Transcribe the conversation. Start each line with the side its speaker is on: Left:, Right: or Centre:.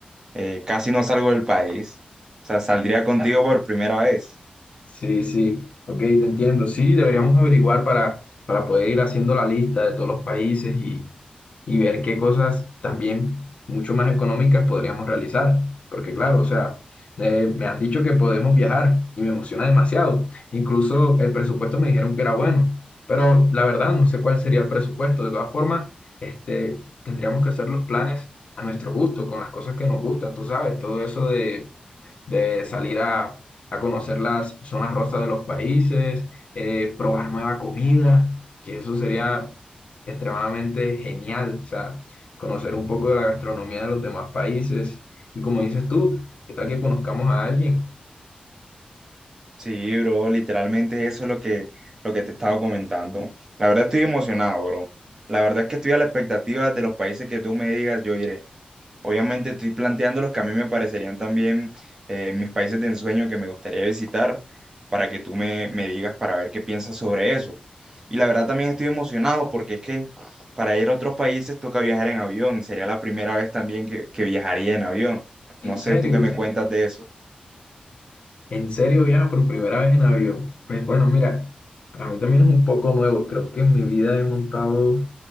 Right: eh, casi no salgo del país. O sea, saldría contigo por primera vez.
Left: Sí, sí, ok, te entiendo. Sí, deberíamos averiguar para, para poder ir haciendo la lista de todos los países y, y ver qué cosas también mucho más económicas podríamos realizar. Porque claro, o sea, eh, me han dicho que podemos viajar y me emociona demasiado. Incluso el presupuesto me dijeron que era bueno, pero la verdad no sé cuál sería el presupuesto. De todas formas, este, tendríamos que hacer los planes a nuestro gusto, con las cosas que nos gustan, tú sabes, todo eso de de salir a, a conocer las zonas rosas de los países, eh, probar nueva comida, que eso sería extremadamente genial, o sea, conocer un poco de la gastronomía de los demás países. Y como dices tú, ¿qué tal que conozcamos a alguien?
Right: Sí, bro, literalmente eso es lo que, lo que te estaba comentando. La verdad estoy emocionado, bro. La verdad es que estoy a la expectativa de los países que tú me digas, yo iré. Obviamente estoy planteando los que a mí me parecerían también eh, mis países de ensueño que me gustaría visitar para que tú me, me digas para ver qué piensas sobre eso. Y la verdad también estoy emocionado porque es que para ir a otros países toca viajar en avión. Sería la primera vez también que, que viajaría en avión.
Left: En
Right: No sé
Left: serio,
Right: tú qué me cuentas de eso.
Left: en serio viaja por primera vez en avión. Pues bueno, mira, para mí también es un poco nuevo, creo que en mi vida he montado